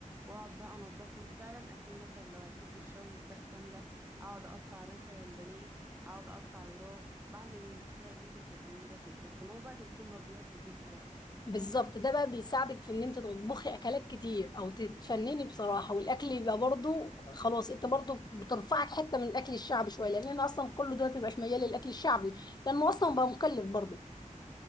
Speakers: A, on the right; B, on the left.
A: واقعد بقى انضفهم فعلا اسيب مثلا لو هسيب للشوي فراخ كاملة اقعد اقطع مثلا بانيه اقعد اقطع وراك بعمل شبه اللي انت بتعمليه ده كده بس ماما بقى اللي بتكون مربيها في البيت كمان
B: بالظبط ده بقى بيساعدك في ان انت تطبخي اكلات كتير او تتفنني بصراحه والاكل يبقى برضه خلاص انت برضه بترفعك حته من الاكل الشعبي شويه لان انا اصلا كل دلوقتي مبقاش ميال للاكل الشعبي لانه اصلا بقى مكلف برضه